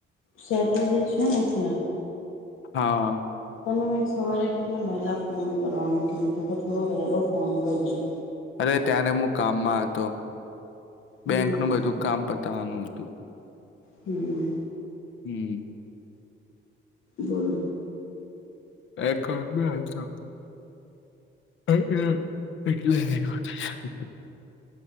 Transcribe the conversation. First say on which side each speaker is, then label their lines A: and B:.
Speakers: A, on the left (about 85°); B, on the left (about 70°).
A: સેટરડે છે ને એટલ
B: હા.
A: તમને મેં સવારે કેટલા વહેલા ફોન કરવાનું કીધું તું કે થોડો વહેલો ફોન કરીએ.
B: અરે ત્યારે મુ કામમાં હતો <inaudible>
A: હમ
B: બેંકનું બધું કામ પ તાનું હતું.
A: હમ્મ.
B: હમ
A: <inaudible> બલ.
B: <unintelligible> <inaudible> એટલે. <inaudible>